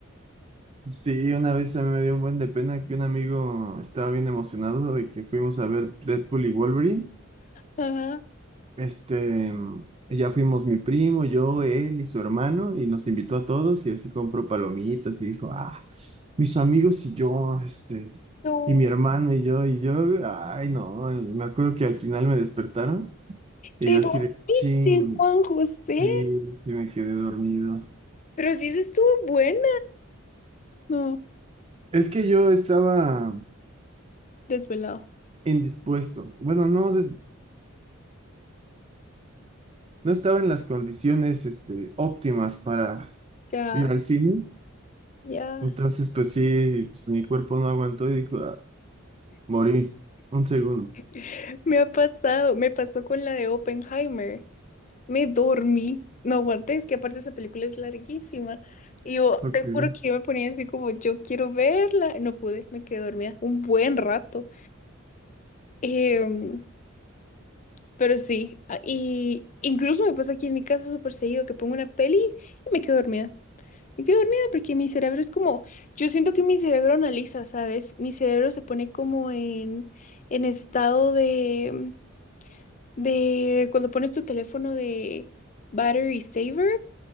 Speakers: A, on the right; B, on the left.
A: Sí, una vez a mí me dio un buen de pena que un amigo estaba bien emocionado de que fuimos a ver Deadpool y Wolverine.
B: Ajá.
A: Este, ya fuimos mi primo, yo, él y su hermano, y nos invitó a todos, y así compró palomitas, y dijo, ah, mis amigos y yo, este,
B: No.
A: y mi hermano y yo, y yo, ay, no, me acuerdo que al final me despertaron, y
B: ¿Te
A: yo
B: dormiste,
A: así de, ching,
B: Juan José?
A: sí, sí me quedé dormido.
B: Pero sí se estuvo buena. No,
A: Es que yo estaba
B: desvelado.
A: indispuesto, bueno, no, des- no estaba en las condiciones, este, óptimas para
B: Ya,
A: ir al cine,
B: ya.
A: entonces, pues sí, pues mi cuerpo no aguantó y dijo, "Ah, Morí. Un segundo.
B: <laughs> Me ha pasado, me pasó con la de Oppenheimer. Me dormí, no aguanté, es que aparte esa película es larguísima. Y yo
A: Ok.
B: te juro que yo me ponía así como, yo quiero verla. No pude, me quedé dormida un buen rato. Em, pero sí, a- y incluso me pasa aquí en mi casa súper seguido que pongo una peli y me quedo dormida. Me quedo dormida porque mi cerebro es como, yo siento que mi cerebro analiza, ¿sabes? Mi cerebro se pone como en, en estado de, de cuando pones tu teléfono de battery saver.